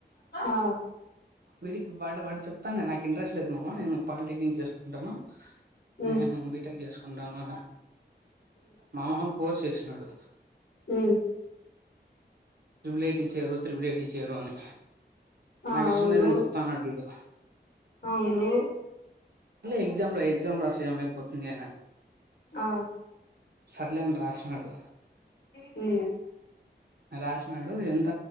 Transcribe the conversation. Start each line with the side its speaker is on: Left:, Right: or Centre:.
Left: ఆ
Right: వడి వాడి వాడు చెప్తానే నాకు ఇంట్రెస్ట్ లేదు మామ నేను పాలిటెక్నిక్ చేసుకుంటాను
Left: ఉమ్
Right: నేను బిటెక్ చేసుకుంటాను మామ ఫోర్స్ చేసినాడు
Left: హ
Right: ట్రిబులైట్ చేరు త్రిబులైట్ చేరు అని
Left: ఆ
Right: నాకు
Left: అవును
Right: ఇష్టం లేదని చెప్తా అన్నడు వీడు
Left: అవును
Right: ఎగ్జామ్ రాయి ఎగజామ్ రాసి అమె పోతుంది అనే
Left: ఆ
Right: సర్లే అని రాసినాడు
Left: అ
Right: రాసినాడు ఎంత